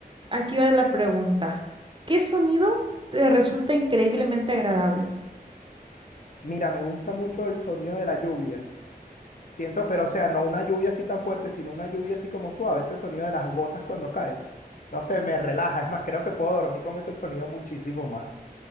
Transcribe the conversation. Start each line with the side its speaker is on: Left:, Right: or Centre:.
Right: aquí va la pregunta. ¿Qué sonido te resulta increíblemente agradable?
Left: Mira, me gusta mucho el sonido de la lluvia. Siento, pero o sea, no una lluvia así tan fuerte, sino una lluvia así como suave, ese sonido de las gotas cuando cae. No sé, me relaja, es más, creo que puedo dormir con ese sonido muchísimo más,